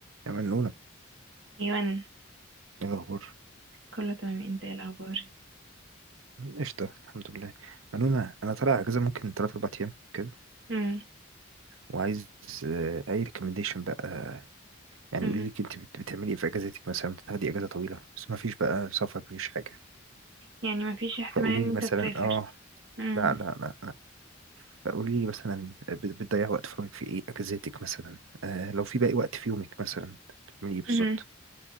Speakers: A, on the right; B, on the right.
A: يا منونة
B: ايوان
A: ايه الأخبار؟
B: كله تمام انت ايه الاخبار
A: قشطة الحمد لله منونة أنا طالع أجازة ممكن تلات أربع أيام كده
B: امم
A: وعايز آه، أي ريكومنديشن بقى يعني
B: امم
A: قولي لي أنت بت- بتعملي إيه في أجازتك مثلا بتاخدي أجازة طويلة بس ما فيش بقى سفر مفيش حاجة
B: يعني ما فيش احتمال
A: فقولي
B: ان
A: لي
B: انت
A: مثلا
B: تسافر
A: آه
B: امم
A: لا لا لا لا فقولي لي مثلا بت- بتضيع وقت فراغك في إيه أجازتك مثلا آه لو في باقي وقت في يومك مثلا بتعملي إيه بالظبط؟
B: امم